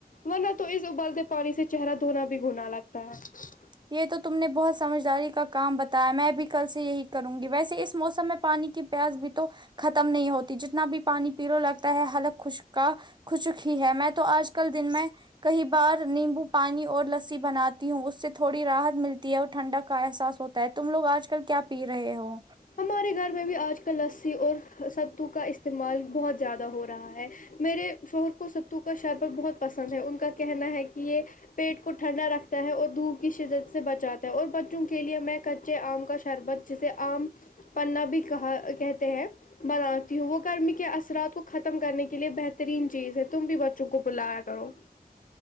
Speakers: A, on the left; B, on the right.
A: ورنہ تو اس ابلتے پانی سے چہرہ دھونا بھی گناہ لگتا ہے
B: یے تو تم نے بہت سمجھداری کا کام بتایا میں بھی کل سے یہی کروں گی ویسے اس موسم میں پانی کی پیاس بھی تو ختم نہیں ہوتی جتنا بھی پانی پیلو لگتا ہے حلق خشک کا خشک ہی ہے میں تو آج کل دن میں کئی بار نیمبو پانی اور لسی بناتی ہوں اس سے تھوڑی راحت ملتی ہے اور ٹھنڈک کا احساس ہوتا ہے تم لوگ آج کل کیا پی رہے ہو
A: ہمارے گھر میں بھی آج کل لسی اور ستو کا استعمال بہت زیادہ ہو رہا ہے میرے شوہر کو ستو کا شربت بہت پسند ہے ان کا کہنا ہے کی یے پیٹ کو ٹھنڈا رکھتا ہے اور دھوپ کی شدت سے بچاتا ہے اور بچوں کو کے لیے میں کچے آم کا شربت جسے آم پننا بھی کہا کہتے ہیں بناتی ہوں وہ گرمی کے اثرات کو ختم کرنے کے لیے بہترین چیز ہے تم بھی بچوں کو پلایا کرو